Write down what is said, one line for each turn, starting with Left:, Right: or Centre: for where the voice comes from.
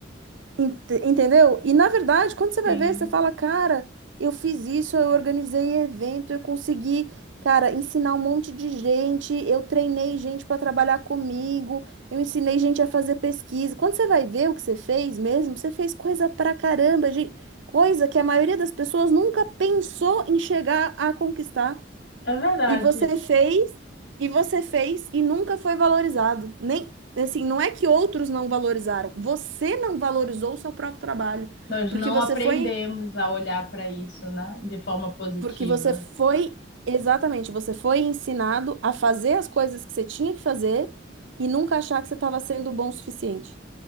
Right: Ent- Entendeu? E na verdade, quando você
Left: Sim,
Right: vai ver, você fala, cara, eu fiz isso, eu organizei evento, eu consegui, cara, ensinar um monte de gente, eu treinei gente para trabalhar comigo, eu ensinei gente a fazer pesquisa. Quando você vai ver o que você fez mesmo, você fez coisa pra caramba, gente, coisa que a maioria das pessoas nunca pensou em chegar a conquistar.
Left: é verdade.
Right: E você fez, e você fez, e nunca foi valorizado. Nem, assim, não é que outros não valorizaram. Você não valorizou o seu próprio trabalho,
Left: Nós
Right: porque
Left: não
Right: você
Left: aprendemos
Right: foi,
Left: a olhar para isso, né, de forma positiva.
Right: porque você foi, exatamente, você foi ensinado a fazer as coisas que você tinha que fazer e nunca achar que você estava sendo bom o suficiente.